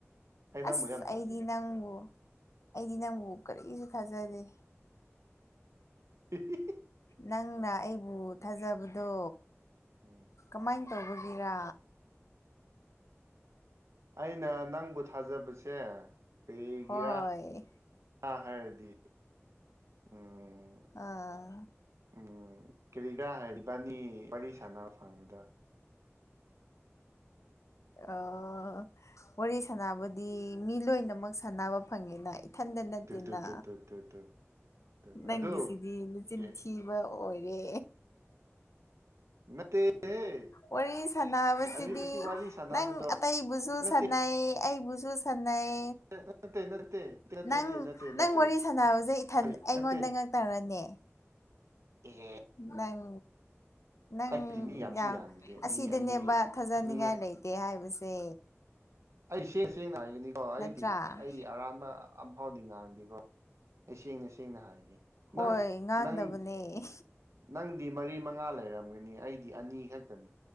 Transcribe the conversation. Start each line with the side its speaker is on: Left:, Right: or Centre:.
Right: ꯑꯩ ꯅꯪꯕꯨ
Left: ꯑꯁ
Right: ꯌꯥꯝ ꯊꯥꯖꯩ
Left: ꯑꯩꯗꯤ ꯅꯪꯕꯨ ꯑꯩꯗꯤ ꯅꯪꯕꯨ ꯀꯔꯤꯁꯨ ꯊꯥꯖꯗꯦ
Right: ꯍꯤꯍꯤꯍꯤ
Left: ꯅꯪꯅ ꯑꯩꯕꯨ ꯊꯥꯖꯕꯗꯣ
Right: ꯎꯝ
Left: ꯀꯃꯥꯏꯅ ꯇꯧꯕꯒꯤꯔꯥ
Right: ꯑꯩꯅ ꯅꯪꯕꯨ ꯊꯥꯖꯕꯁꯦ ꯀꯩꯒꯤꯔꯥ
Left: ꯍꯣꯏ
Right: ꯍꯥꯏꯔꯗꯤ ꯎꯝ
Left: ꯑꯥ
Right: ꯎꯝ ꯀꯦꯔꯤꯒꯥ ꯍꯥꯏꯔꯗꯤ ꯢꯕꯥꯅꯤ ꯋꯥꯔꯤ ꯁꯥꯟꯅꯕ ꯐꯪꯕꯗꯣ
Left: ꯑꯣ ꯋꯥꯔꯤ ꯁꯥꯟꯅꯕꯗꯤ ꯃꯤ ꯂꯣꯏꯅꯃꯛ ꯁꯥꯟꯅꯕ ꯐꯪꯉꯤꯅ ꯏꯊꯟꯇ ꯅꯠꯇꯦꯅ
Right: ꯇꯨ ꯇꯨ ꯇꯨ ꯇꯨ ꯇꯨ ꯇꯨ ꯇꯨ
Left: ꯅꯪꯒꯤꯁꯤꯗꯤ
Right: ꯑꯗꯨ
Left: ꯃꯆꯤꯟ
Right: ꯑꯦ
Left: ꯊꯤ ꯕ ꯑꯣꯏꯔꯦ
Right: ꯅꯠꯇꯦꯍꯦ
Left: ꯋꯥꯔꯤ ꯁꯥꯟꯅꯕꯁꯤꯗꯤ
Right: ꯋꯥꯔꯤ ꯑꯁꯤ ꯋꯥꯔꯤ ꯁꯥꯟꯅꯕꯗꯣ
Left: ꯅꯪ ꯑꯇꯩꯕꯨꯁꯨ
Right: ꯅꯠꯇꯦ
Left: ꯁꯥꯟꯅꯩ ꯑꯩꯕꯨꯁꯨ ꯁꯥꯟꯅꯩ
Right: ꯅꯠꯇꯦ ꯅꯠꯇꯦ ꯅꯠꯇꯦ ꯅꯠꯇꯦ
Left: ꯅꯪ
Right: ꯅꯠꯇꯦ
Left: ꯅꯪ
Right: ꯅꯠꯇꯦ
Left: ꯋꯥꯔꯤ ꯁꯥꯟꯅꯕꯁꯦ ꯏꯊꯟ
Right: ꯑꯩ
Left: ꯑꯩꯉꯣꯟꯗ
Right: ꯅꯠꯇꯦ
Left: ꯉꯛꯛꯇꯔꯅꯦ
Right: ꯢꯍꯦ
Left: ꯅꯪ ꯅꯪ
Right: ꯑꯩꯗꯤ ꯃꯤ ꯌꯥꯝꯁꯨ
Left: ꯌꯥꯝ
Right: ꯌꯥꯝꯗꯦ
Left: ꯑꯁꯤꯗꯅꯦꯕ
Right: ꯃꯤ ꯑꯅꯤ
Left: ꯊꯥꯖꯅꯤꯡꯉꯥꯏ
Right: ꯃꯤ
Left: ꯂꯩꯇꯦ ꯍꯥꯏ ꯁꯦ
Right: ꯑꯩ ꯁꯦ ꯁꯦꯡꯅ ꯍꯥꯏꯒꯅꯤꯀꯣ ꯑꯩꯗꯤ
Left: ꯅꯠꯇ꯭ꯔꯥ
Right: ꯑꯩꯗꯤ ꯑꯔꯥꯟꯕ ꯑꯝꯐꯥꯎꯗꯤ ꯉꯥꯡꯗꯦꯀꯣ ꯑꯩ ꯁꯦꯡꯅ ꯁꯦꯡꯅ ꯍꯥꯏꯒꯦ ꯅꯪ
Left: ꯍꯣꯏ ꯉꯥꯡꯗꯕꯅꯦ
Right: ꯅꯪ ꯅꯪꯗꯤ ꯃꯔꯤ ꯃꯉꯥ ꯂꯩꯔꯝꯒꯅꯤ ꯑꯩꯗꯤ ꯑꯅꯤ ꯈꯛꯇꯅꯦ